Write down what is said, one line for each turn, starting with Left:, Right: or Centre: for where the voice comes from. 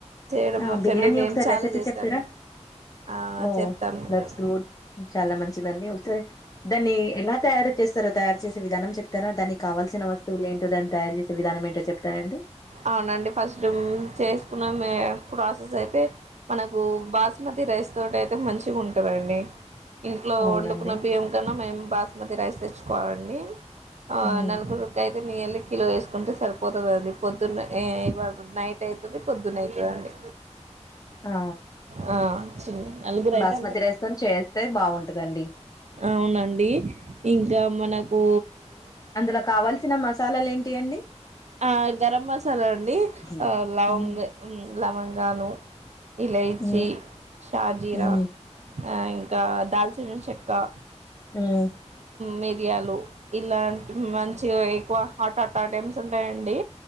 Right: చేయడం
Left: ఆ
Right: వచ్చండి
Left: బిర్యానీ
Right: నేను
Left: ఒకసారి
Right: చాలా
Left: రెసిపీ
Right: చేస్తాండి
Left: చెప్తరా
Right: ఆ
Left: ఓ
Right: చెప్తాను
Left: దట్స్ గుడ్ చాలా మంచిదండి ఒకసారి దాన్ని ఎలా త తయారు చేస్తర తయారు చేసే విధానం చెప్తారా దానికి కావాల్సిన వస్తువులు ఏంటో దాన్ని తయారు చేసే విధానం ఏంటో చెప్తారండి
Right: అవునండి ఫస్ట్ చేసుకున్న మే ప్రాసెస్ అయితే మనకు బాస్మతి రైస్ తోటైతే మంచిగ ఉంటదండి ఇంట్లో
Left: అవునండి
Right: వండుకున్న బియ్యం కన్నా మేమ్ బా మతి రైస్ తెచ్చుకోవాలండి ఆ
Left: ఉమ్
Right: నలుగురు కయ్ నీయల్లి కిలో ఏసుకుంటే సరిపోతది అండి పొద్దున్న ఎ ఎ ఇవాల నైట్ అయితది పొద్దున అయితదండి
Left: ఆ
Right: ఆ చిన్న నలుగురు
Left: బస్మతి
Right: అయితే అంతే
Left: రైస్ తో చేస్తే బాగుంటదండి
Right: అవునండి ఇంకా మట నకూ
Left: అందులో కావాల్సిన మస్ సాలలు ఏంటియండి
Right: ఆ గరం మసాలా అండి
Left: హ్మ్
Right: లవంగ్
Left: హ్మ్
Right: లవంగాలు, ఇలాచి,
Left: హ్మ్
Right: షాజీరా
Left: హ్మ్
Right: ఆ ఇంక దాల్చిన్ చెెక్కా
Left: మ్మ్
Right: మిరియాలు ఇలాంటివి మంచిగా వేసి ఎక్కువ హఠట టైమ్స్ ఉంటయండి